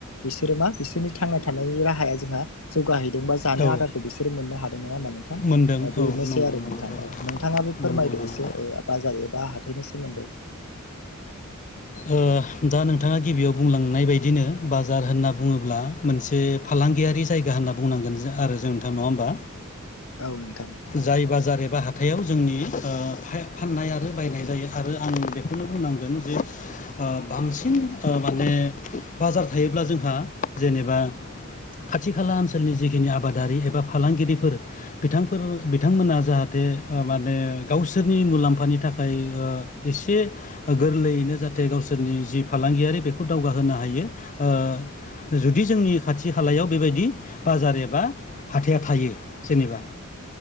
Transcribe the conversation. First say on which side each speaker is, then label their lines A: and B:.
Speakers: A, on the left; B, on the left.
A: बिसोरो मा बिसोरनि थांना थानायनि राहाया जोंहा जौगा जानो
B: औ
A: आदारखौ बिसोर मोननो हादों नङा होमबा? नोंथां
B: मोनदों
A: बेनोसै
B: औ नंगौ
A: आरो
B: नंगौ
A: नोंथां
B: थारैनो
A: नोंथाङाबो फोरमायदो
B: नंगौ नंगौ
A: एसे बा जायोबा हाथाइनोसै <inaudible>
B: ओ दा नोंथाङा गिबियाव बुंलांनाय बदिनो बाजार होनना बुङोब्ला मोनसे फालांगियारि जायगा होनना बुंनांगोन आरो जों नोंथां नङा होमबा
A: औ नोंथां
B: जाय ब जार बा हाथायाव जोंनि ओ‌ फाननाय आरो बायनाय जायो आरो आं बेखौनो बुंनांगोन जे ओ बांसिन माने बाजार थायोब्ला जोंहा जेनेबा खाथि खाला ओनसोलनि जिखिनि आबादारि एबा फालांगिरिफोर बिथांफोर बिथांमोना जाहाथे माने गावसोरनि मुलाम्फानि थाखाय ओ एसे गोरलैयैनो जाथे जाहाथे गावसोरनि जि फालांगियारि बेखौ दावगाहोनो हायो ओ जुदि जोंनि खाथि खाथि खालायाव बेबायदि बाजार एबा हाथाइया थायो जेनेबा